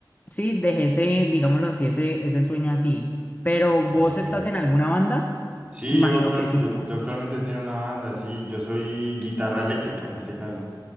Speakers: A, on the left (about 20°); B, on the right (about 15°).
A: sí, dejé ese, digámoslo así, ese, ese sueño así. Pero
B: Sí,
A: ¿vos
B: ok.
A: estás en alguna banda?
B: Sí,
A: Me imagino
B: yo, actual-
A: que sí,
B: yo,
A: ¿no?
B: yo actualmente estoy en una banda, sí, yo soy guitarra eléctrica en este caso.